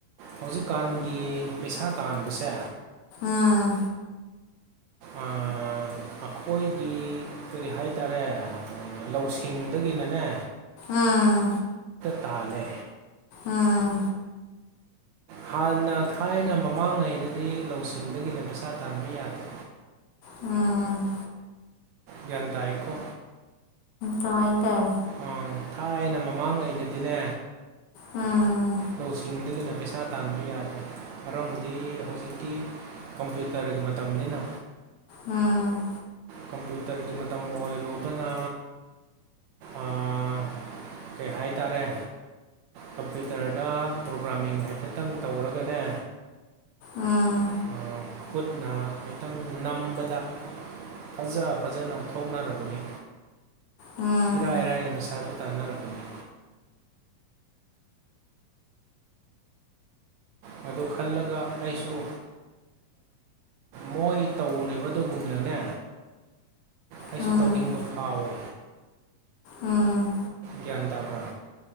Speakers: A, on the right (about 80°); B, on the left (about 70°).
A: ꯍꯧꯖꯤꯛꯀꯥꯟꯒꯤ ꯄꯩꯁꯥ ꯇꯥꯟꯕꯁꯦ
B: ꯑꯥ
A: ꯑꯥ ꯑꯩꯈꯣꯏꯒꯤ ꯀꯔꯤ ꯍꯥꯏꯇꯥꯔꯦ ꯂꯧꯁꯤꯡꯗꯒꯤꯅꯅꯦ
B: ꯑꯥ
A: ꯇꯥꯜꯂꯦ
B: ꯑꯥ
A: ꯍꯥꯟꯅ ꯊꯥꯏꯅ ꯃꯃꯥꯡꯉꯩꯗꯗꯤ ꯂꯧꯁꯤꯡꯗꯒꯤꯅ ꯄꯩꯁꯥ ꯇꯥꯟꯕ ꯌꯥꯗꯦ
B: ꯎꯝ
A: ꯒ꯭ꯌꯥꯟ ꯇꯥꯏꯀꯣ
B: ꯇꯥꯏ ꯇꯥꯏ
A: ꯑ ꯊꯥꯏꯅ ꯃꯃꯥꯡꯉꯩꯗꯗꯤꯅꯦ
B: ꯎꯝ
A: ꯂꯧꯁꯤꯡꯗꯒꯤꯅ ꯄꯩꯁꯥ ꯇꯥꯟꯕ ꯌꯥꯗꯦ ꯃꯔꯝꯗꯤ ꯍꯧꯖꯤꯛꯇꯤ ꯀꯝꯄ꯭ꯌꯨꯇꯔꯒꯤ ꯃꯇꯝꯅꯤꯅ
B: ꯎꯝ
A: ꯀꯝꯄ꯭ꯌꯨꯇꯔꯒꯤ ꯃꯇꯝ ꯑꯣꯏꯔꯨꯕꯅ ꯑꯥ ꯀꯩ ꯍꯥꯏꯇꯥꯔꯦ ꯀꯝꯄ꯭ꯌꯨꯇꯔꯗ ꯄ꯭ꯔꯣꯒ꯭ꯔꯥꯃꯤꯡ ꯍꯥꯏꯐꯦꯠꯇꯪ ꯇꯧꯔꯒꯅꯦ
B: ꯑꯥ
A: ꯑꯥ, ꯈꯨꯠꯅ ꯈꯤꯇꯪ ꯅꯝꯕꯗ ꯐꯖ ꯐꯖꯅ ꯊꯣꯛꯅꯔꯕꯅꯤ
B: ꯎꯝ
A: ꯏꯔꯥꯏ ꯔꯥꯏꯅ ꯄꯩꯁꯥꯁꯨ ꯇꯥꯟꯅꯔꯕꯅꯤ ꯃꯗꯨ ꯈꯜꯂꯒ ꯑꯩꯁꯨ ꯃꯣꯏ ꯇꯧꯔꯤꯕꯗꯨꯒꯨꯝꯅꯅꯦ ꯑꯩꯁꯨ
B: ꯎꯝ
A: ꯇꯧꯅꯤꯡꯕ ꯐꯥꯎꯋꯦ
B: ꯎꯝ
A: ꯒ꯭ꯌꯥꯟ ꯇꯥꯕ꯭ꯔꯥ